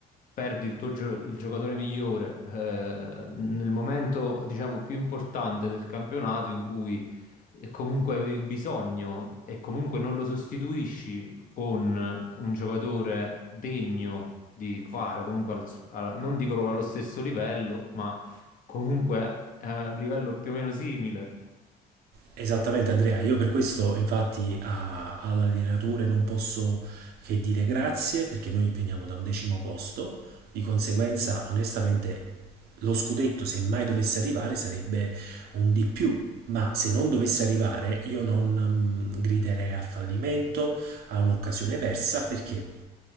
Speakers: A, on the left; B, on the right.
A: perdi il tuo gio- il giocatore migliore eh, nel momento, diciamo, più importante del campionato in cui eh, comunque avevi bisogno e comunque non lo sostituisci con un giocatore degno di Kvara, comunque al su- alla- non dico proprio allo stesso livello, ma comunque a un livello più o meno simile.
B: Esattamente Andrea, io per questo infatti a- all'allenatore non posso che dire grazie perché noi veniamo da un decimo posto, di conseguenza onestamente lo scudetto se mai dovesse arrivare sarebbe un di più, ma se non dovesse arrivare io non mm, griderei a fallimento, a un'occasione persa perché